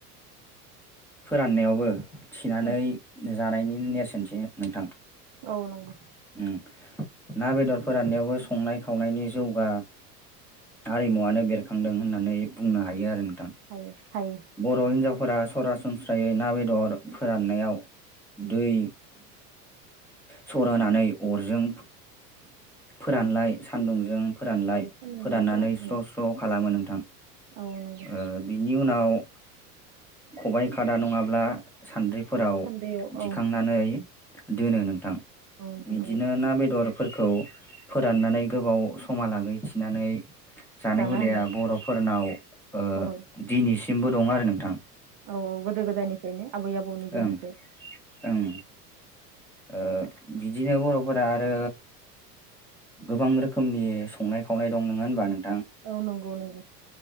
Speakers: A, in the centre; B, on the right.
A: फोराननायावबो थिनानै
B: उम
A: जानायनि नेरसोनथि नोंथां।
B: औ नंगौ।
A: उम ना बेदर फोराननायावबो संनाय खावनायनि जौगा हारिमुवानो बेरखांदों होननानै बुंनो हायो आरो नोंथां।
B: हायो हायो
A: बर' हिन्जावफोरा सरासनस्रायै ना बेदर फोराननायाव दै सर होनानै अरजों फोरानलाय सान्दुंजों फोरानलाय
B: औ सान्दुं
A: फोराननानै
B: दुङाव फोराननो हायो
A: स्र स्र खालामो नोंथां
B: औ नंगौ
A: ओ बिनि उनाव खबाय खादा नङाब्ला सान्द्रिफोराव
B: सान्द्रियाव
A: दिखांनानै
B: औ
A: दोनो नोंथां
B: औ
A: बिदिनो
B: नंगौ
A: ना बेदर फोरखौ फोराननानै गोबाव समा लागै थिनानै जानाय
B: जानो
A: हुदाया
B: हानाय
A: बर'फोरनाव ओ
B: दङ
A: दिनैसिमबो दं आरो नों
B: औ औ गोदो गोदायनिफ्रायनो आबै आबौनि दिननिफ्राय
A: ओं ओं ओ बिदि दिनो बर'फोरा आरो गोबां रोखोमनि संनाय खावनाय दं नोङा होनबा नों
B: औ नंगौ नंगौ।